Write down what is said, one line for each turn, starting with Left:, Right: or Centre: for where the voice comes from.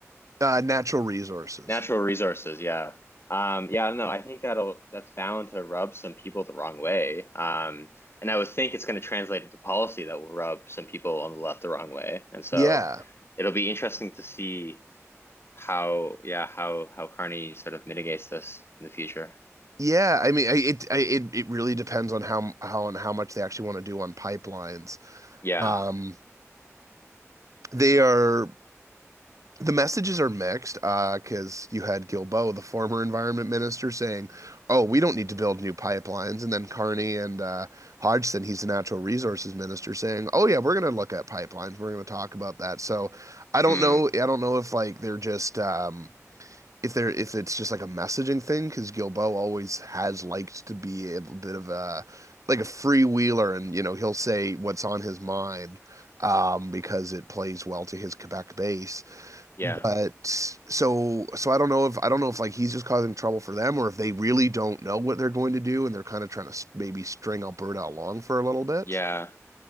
Right: Uh, natural resources.
Left: Natural resources, yeah. Um, yeah, I don't know. I think that'll, that's bound to rub some people the wrong way. Um, and I would think it's going to translate into policy that will rub some people on the left the wrong way. And so
Right: Yeah,
Left: it'll be interesting to see how, yeah, how, how Carney sort of mitigates this in the future.
Right: yeah. I mean, it it it really depends on how how on how much they actually want to do on pipelines.
Left: Yeah.
Right: Um, they are The messages are mixed, uh, because you had Gilbo, the former environment minister, saying, "Oh, we don't need to build new pipelines," and then Carney and uh, Hodgson, he's the natural resources minister, saying, "Oh yeah, we're going to look at pipelines. We're going to talk about that." So I don't
Left: Hmm.
Right: know. I don't know if like they're just um, if they're if it's just like a messaging thing because Gilbo always has liked to be a bit of a like a freewheeler, and you know he'll say what's on his mind um, because it plays well to his Quebec base.
Left: Yeah.
Right: But so so I don't know if I don't know if like he's just causing trouble for them or if they really don't know what they're going to do and they're kind of trying to s- maybe string Alberta along for a little bit.
Left: Yeah.